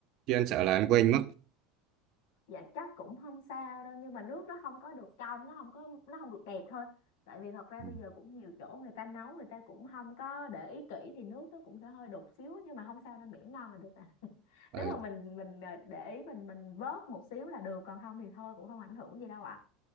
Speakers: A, on the right; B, on the left.
A: chứ anh sợ là anh quên mất
B: dạ chắc cũng không sao đâu nhưng mà nước nó không có được trong nó không có nó không được đẹp thôi tại vì thật ra bây
A: ừ.
B: giờ cũng nhiều chỗ người ta nấu người ta cũng không có để ý kỹ thì nước nó cũng sẽ hơi đục xíu nhưng mà không sao nên miễn ngon là được à <laughs>
A: Ừ,
B: nếu mà mình mình à, để ý mình mình vớt một xíu là được còn không thì thôi cũng không ảnh hưởng gì đâu ạ